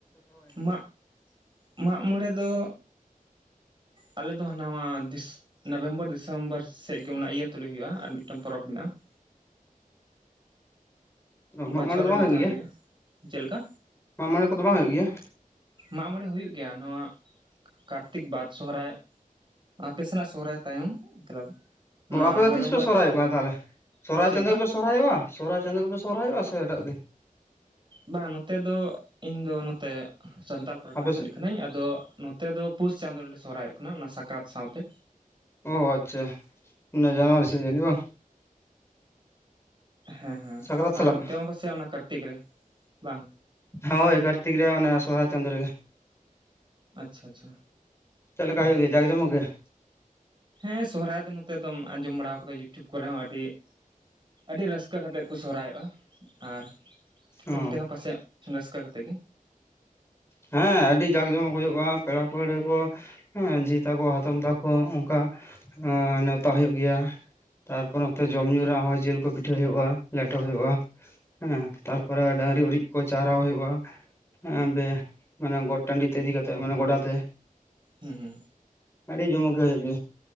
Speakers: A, on the right; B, on the left.
A: ᱢᱟᱜ, ᱢᱟᱜ ᱢᱚᱬᱮ ᱫᱚ ᱟᱞᱮ ᱫᱚ ᱱᱚᱣᱟ ᱱᱚᱵᱷᱮᱢᱵᱚᱨ ᱰᱤᱥᱮᱢᱵᱚᱨ ᱥᱮᱜ ᱜᱮ ᱚᱱᱟ ᱤᱭᱟᱹ ᱛᱩᱞᱩᱡ ᱦᱩᱭᱩᱜᱼᱟ ᱟᱨ ᱢᱤᱫᱴᱟᱝ ᱯᱚᱨᱚᱵᱽ ᱢᱮᱱᱟᱜᱼᱟ <unintelligible>
B: ᱢᱟᱜ
A: ᱵᱚᱪᱷᱚᱨ
B: ᱢᱚᱬᱮ ᱫᱚ
A: ᱨᱮ
B: ᱵᱟᱝ
A: ᱢᱤᱫ
B: ᱦᱩᱭᱩᱜ
A: ᱫᱷᱟᱣ
B: ᱜᱮᱭᱟ
A: ᱜᱮ ᱦᱩᱭᱩᱜᱼᱟ ᱪᱮᱫ ᱞᱮᱠᱟ
B: ᱢᱟᱜ ᱢᱚᱬᱮ ᱠᱚᱫᱚ ᱵᱟᱝ ᱦᱩᱭᱩᱜ ᱜᱮᱭᱟ
A: ᱢᱟᱜ ᱢᱚᱬᱮ ᱦᱩᱭᱩᱜ ᱜᱮᱭᱟ ᱱᱚᱣᱟ ᱠᱟᱨᱛᱤᱠ ᱵᱟᱫ ᱥᱚᱦᱨᱟᱭ ᱟᱯᱮ ᱥᱮᱱᱟᱜ ᱥᱚᱦᱨᱟᱭ ᱛᱟᱭᱚᱢ <unintelligible>
B: ᱚ ᱟᱯᱮ ᱫᱚ
A: ᱱᱚᱵᱷᱮᱢᱵᱚᱨ
B: ᱛᱤᱥ ᱯᱮ ᱥᱚᱦᱨᱟᱭᱚᱜ ᱠᱟᱱᱟ ᱛᱟᱦᱚᱞᱮ ᱥᱚᱨᱦᱟᱭ
A: ᱪᱮᱫ
B: ᱪᱟᱸᱫᱚ
A: ᱞᱮᱠᱟ
B: ᱜᱮᱯᱮ ᱥᱚᱨᱦᱟᱭᱚᱜᱼᱟ ᱥᱚᱨᱦᱟᱭ ᱪᱟᱸᱫᱚᱳ ᱜᱮᱯᱮ ᱥᱚᱨᱦᱟᱭᱚᱜᱼᱟ ᱥᱮ ᱮᱴᱟᱜ ᱜᱮ
A: ᱵᱟᱝ ᱱᱚᱛᱮ ᱫᱚ ᱤᱧ ᱫᱚ ᱱᱚᱛᱮ ᱥᱟᱱᱛᱟᱞ ᱯᱟᱨᱜᱟᱱᱟ
B: ᱟᱯᱮ
A: ᱥᱮᱱᱤᱡ
B: ᱥᱮᱫ
A: ᱠᱟᱹᱱᱤᱧ ᱟᱫᱚ <unintelligible> ᱱᱚᱛᱮ ᱫᱚ ᱯᱩᱥ ᱪᱟᱸᱫᱳ ᱨᱮᱞᱮ ᱥᱚᱦᱨᱟᱭᱚᱜ ᱠᱟᱱᱟ ᱚᱱᱟ ᱥᱟᱠᱨᱟᱛ ᱥᱟᱶᱛᱮ
B: ᱚ ᱟᱪᱪᱷᱟ ᱚᱱᱟ ᱡᱟᱱᱩᱣᱟᱨᱤ ᱥᱮᱫ ᱡᱟᱱᱤᱡ ᱵᱟ
A: ᱦᱮᱸ ᱦᱮᱸ
B: ᱥᱟᱠᱨᱟᱛ ᱥᱟᱞᱟᱜ
A: ᱟᱨ ᱚᱱᱛᱮ ᱢᱟ ᱯᱟᱥᱮᱡ ᱚᱱᱟ ᱠᱟᱨᱛᱤᱠ ᱨᱮ ᱵᱟᱝ
B: ᱦᱳᱭ ᱠᱟᱨᱛᱤᱠ ᱨᱮᱭᱟᱜ ᱚᱱᱟ ᱥᱚᱦᱨᱟᱭ ᱪᱟᱸᱫᱳ ᱨᱮᱜᱮ
A: ᱟᱪᱪᱷᱟ ᱟᱪᱪᱷᱟ
B: ᱪᱮᱫ ᱞᱮᱠᱟ ᱦᱳᱭᱳᱜ ᱜᱮᱭᱟ ᱡᱟᱠ ᱡᱚᱢᱚᱠ ᱜᱮᱭᱟ
A: ᱦᱮᱸ ᱥᱚᱦᱨᱟᱭ ᱫᱚ ᱱᱚᱛᱮ ᱫᱚᱢ ᱟᱸᱡᱚᱢ ᱵᱟᱲᱟ ᱠᱟᱫᱟ ᱤᱭᱩᱴᱩᱵᱽ ᱠᱚᱨᱮ ᱦᱚᱸ ᱟᱹᱰᱤ ᱟᱹᱰᱤ ᱨᱟᱹᱥᱠᱟᱹ ᱠᱟᱛᱮᱜ ᱠᱚ ᱥᱚᱦᱨᱟᱭᱚᱜᱼᱟ ᱟᱨ
B: ᱚ
A: ᱚᱱᱛᱮ ᱦᱚᱸ ᱯᱟᱥᱮᱡ ᱨᱟᱹᱥᱠᱟᱹ ᱠᱟᱛᱮᱫ ᱜᱮ
B: ᱦᱮᱸ ᱟᱹᱰᱤ ᱡᱟᱠ ᱡᱚᱢᱚᱠ ᱦᱳᱭᱳᱜᱼᱟ ᱯᱮᱲᱟ ᱯᱟᱹᱲᱦᱟᱹ ᱠᱚ ᱦᱮᱸ ᱡᱷᱤ ᱛᱟᱠᱚ ᱦᱟᱛᱚᱢ ᱛᱟᱠᱚ ᱚᱝᱠᱟ <unintelligible> ᱱᱮᱶᱛᱟ ᱦᱩᱭᱩᱜ ᱜᱮᱭᱟ ᱛᱟᱨᱯᱚᱨ ᱱᱚᱛᱮ ᱡᱚᱢ ᱧᱩ ᱨᱮᱭᱟᱜ ᱦᱚᱸ ᱡᱤᱞ ᱠᱚ ᱯᱤᱴᱷᱟᱹ ᱦᱳᱭᱳᱜᱼᱟ ᱞᱮᱴᱚ ᱦᱳᱭᱳᱜ-ᱟ <unintelligible> ᱛᱟᱨ ᱯᱚᱨᱮ <unintelligible> <unintelligible> ᱩᱨᱤᱡ ᱠᱚ ᱪᱟᱨᱟᱣ ᱦᱳᱭᱳᱜ-ᱟ <unintelligible> ᱢᱟᱱᱮ ᱜᱚᱴ ᱴᱟᱺᱰᱤ ᱛᱮ ᱤᱫᱤ ᱠᱟᱛᱮᱜ ᱢᱟᱱᱮ ᱜᱚᱰᱟ ᱛᱮ᱾
A: ᱦᱩ ᱦᱩ
B: ᱟᱹᱰᱤ ᱡᱚᱢᱚᱠ ᱜᱮ ᱦᱳᱭᱳᱜ ᱜᱮᱭᱟ